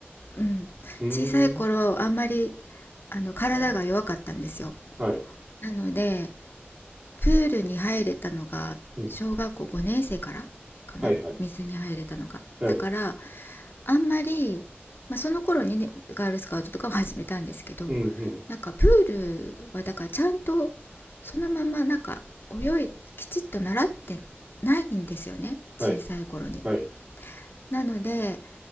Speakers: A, on the left (about 55°); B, on the right (about 30°).
A: うん小さい頃あんまり
B: うーん。
A: あの体が弱かったんですよ
B: はい。
A: なのでプールに入れたのが小学校5年生からかな水に入れたのがだから
B: うん。はいはい。はい。
A: あんまり、まあ、その頃にねガールスカウトとかも始めたんですけど
B: うん、うん。
A: なんかプールはだからちゃんとそのままなんか泳いきちっと習ってないんですよね小さい頃に。
B: はい。はい。
A: なので